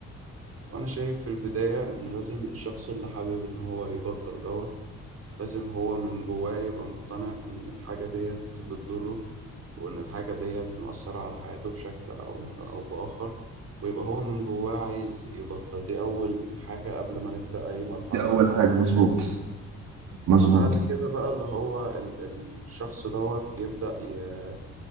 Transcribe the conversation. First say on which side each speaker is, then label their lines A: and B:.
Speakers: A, on the right; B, on the right.
A: وأنا شايف في البداية إن لازم الشخص اللي حابب إن هو يبطل دوت لازم هو من جواه يبقى مقتنع إن الحاجة ديت بتضره وإن الحاجة ديت مؤثرة على حياته بشكل أو أو بآخر ويبقى هو من جواه عايز يبطل دي أول حاجة قبل ما نبدأ أي مرحلة
B: دي أول حاجة مظبوط
A: علاج
B: مظبوط
A: بعد كده بقى اللي هو ال- ال- الشخص دوت يبدأ ي-